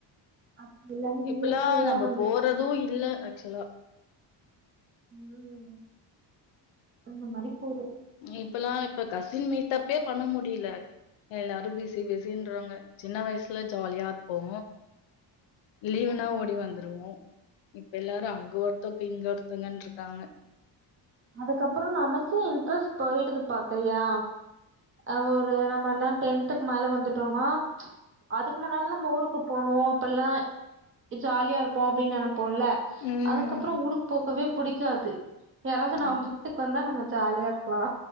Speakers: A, on the right; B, on the left.
A: அது எல்லாமே
B: இப்பெல்லா
A: இயற்கையா
B: நம்ப
A: இருந்துச்சு
B: போறது இ இல்ல ஆக்சுவலா
A: ம் அந்த மாரி போது
B: இப்பெல்லா இப்ப கசின் மீட்டப்யே பண்ண முடியில எல்லாரு பிஸ் பிஸி பிஸின்றாங்க சின்ன வய்சுல ஜாலியா இருப்போ லீவுனா
A: ஆமா
B: ஓடி வந்துருவோ இப்ப எல்லாரு அங்க ஒருத்தவங்க இங்க ஒருத்தங்கன்னுருக்காங்க
A: அதுக்கப்பறோ நமக்கே இன்ட்ரஸ்ட் போயிடுது பாக்குறியா அ ஒரு நம்ம எல்லா டென்த்துக்கு மேல வந்துட்டோனா அதுக்கு முன்னாலலா நம்ம ஊருக்கு போனு அப்பெல்லா இஜாலியா இருப்போ அப்டின்னு நனப் போல
B: ம்.
A: அதுக்கப்றொ ஊருக்கு போகவே புடிக்காது யாராவுது நம்ப
B: ஆ.
A: வீட்டுக்கு வந்தா நம்ம ஜாலியா இருக்கலா